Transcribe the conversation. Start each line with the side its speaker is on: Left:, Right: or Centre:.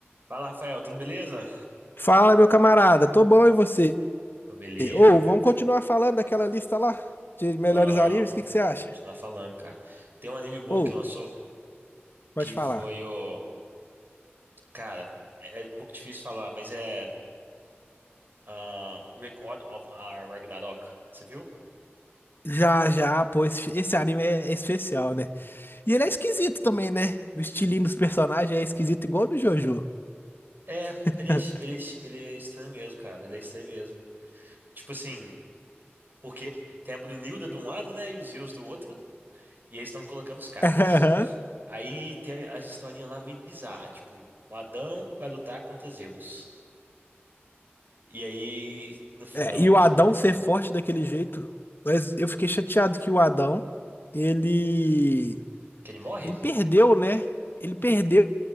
Right: Fala, Rafael, tudo beleza?
Left: Fala, meu camarada, tô bom e você?
Right: Tudo beleza,
Left: Ou
Right: cara.
Left: vamos continuar falando daquela lista lá de melhores
Right: Vamos,
Left: animes? O que que você acha?
Right: vamos continuar falando, cara. Tem um anime bom
Left: Ou
Right: que lançou,
Left: pode
Right: que
Left: falar.
Right: foi o. Cara, é um pouco difícil falar, mas é. ah, Record of Our Ragnarok. Você viu?
Left: Já, já, pô, esse, esse anime é especial, né? E ele é esquisito também, né? O estilinho dos personagens é esquisito, igual o do Jojo.
Right: É,
Left: <laughs>
Right: ele é, es- ele é, es- ele é estranho mesmo, cara. Ele é estranho mesmo. Tipo assim, porque tem a Brunilda de um lado, né? E os Zeus do outro. E eles estão colocando os caras.
Left: Aham.
Right: Aí tem as historinhas lá meio bizarras, tipo, o Adão vai lutar contra Zeus. E aí, no final,
Left: É, e
Right: eles
Left: o Adão
Right: morrem.
Left: ser forte daquele jeito, mas eu fiquei chateado que o Adão, ele,
Right: Que ele morre?
Left: ele perdeu, né? Ele perdeu,